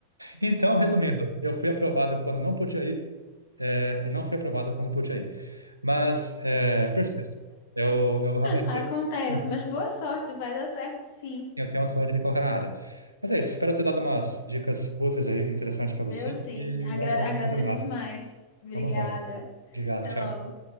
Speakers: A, on the right (about 80°); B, on the left (about 50°).
A: Então, resumindo, eu fui aprovado quando não podia ir, eh, e não fui aprovado quando podia ir. Mas, é, persisto. Eu, eu realmente
B: Acontece,
A: <laughs>
B: mas boa sorte, vai dar certo sim.
A: eu tenho um sonho de me colocar na área. Mas é isso, espero ter dado umas dicas úteis aí, interessantes para
B: Deu
A: você,
B: sim.
A: e
B: Agra-
A: boa sorte
B: agradeço
A: na sua jornada.
B: demais. Obrigada.
A: Tamo junto. Obrigado,
B: Até
A: tchau.
B: logo.